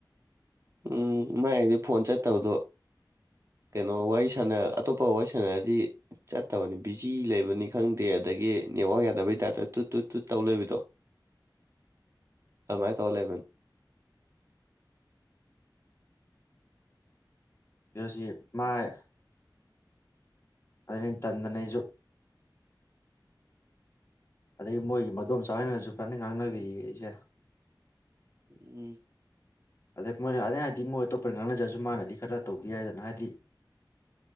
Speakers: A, on the right; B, on the left.
A: ꯎꯝ ꯃꯥꯏꯗꯤ ꯐꯣꯟ ꯆꯠꯇꯕꯗꯣ ꯀꯩꯅꯣ ꯋꯥꯔꯤ ꯁꯥꯟꯅꯔ ꯑꯇꯇꯣꯄꯒ ꯋꯥꯔꯤ ꯁꯥꯟꯅꯔꯗꯤ ꯆꯠꯇꯕꯅꯦ ꯕꯤꯖꯤ ꯂꯩꯕꯅꯤ ꯈꯪꯗꯦ ꯑꯗꯒꯤ ꯅꯦꯠꯋꯥꯔꯀ ꯌꯥꯗꯕꯒꯤ ꯇꯥꯏꯞꯇ ꯇꯨꯠ ꯇꯨꯠ ꯇꯨꯠ ꯇꯧꯔꯒ ꯂꯩꯕꯗꯣ ꯑꯗꯨꯃꯥꯏ ꯇꯧꯔꯒ ꯂꯩꯕꯅꯦ
B: ꯄꯁꯤ ꯃꯥꯥꯏ ꯑꯗꯩꯩ ꯇꯟꯗꯅ ꯑꯩꯁꯨ ꯑꯗꯩꯩꯒꯤ ꯃꯣꯏꯒꯤ ꯃꯗꯣꯝꯆꯥ ꯍꯣꯏꯅꯁꯨ ꯐꯅ ꯉꯥꯡꯅꯕꯤꯔꯤ ꯑꯩꯁꯦ
A: ꯎꯝ
B: ꯑꯗꯩꯩ ꯃꯣꯏꯅ ꯑꯩꯅ ꯍꯥꯏꯗꯤ ꯃꯣꯏꯗꯣ ꯉꯥꯡꯅꯖꯔꯁꯨ ꯃꯥꯅꯗꯤ ꯈꯔ ꯇꯧꯕꯤ ꯌꯥꯏꯗꯅ ꯍꯥꯏꯗꯤ